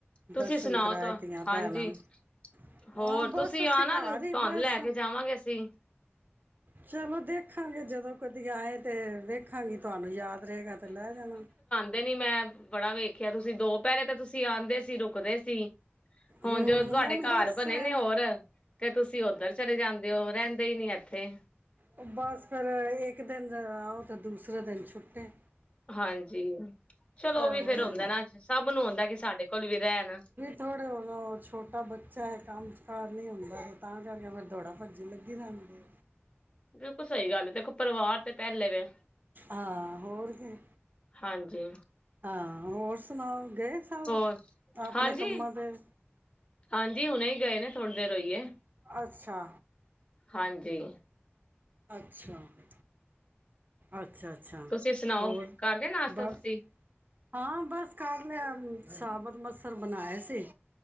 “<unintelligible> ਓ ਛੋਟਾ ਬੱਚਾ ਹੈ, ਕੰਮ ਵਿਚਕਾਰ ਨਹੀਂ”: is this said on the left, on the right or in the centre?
Right